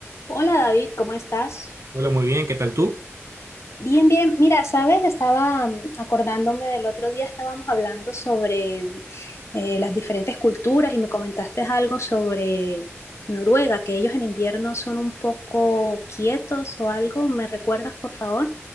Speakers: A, on the left; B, on the right.
A: Hola David, ¿cómo estás?
B: Hola, muy bien, ¿qué tal tú?
A: Bien, bien. Mira, sabes, estaba mm, acordándome del otro día, estábamos hablando sobre mm, eh, las diferentes culturas y me comentaste algo sobre Noruega, que ellos en invierno son un poco quietos o algo. ¿Me recuerdas, por favor?